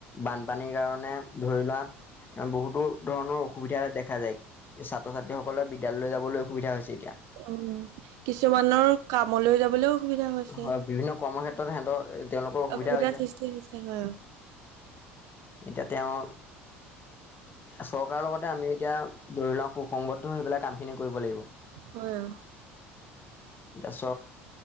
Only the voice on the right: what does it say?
উম কিছুমানৰ কামলৈ যাবলৈও অসুবিধা হৈছে,
অসুবিধাৰ
সৃষ্টি হৈছে হয়।
হয় অ।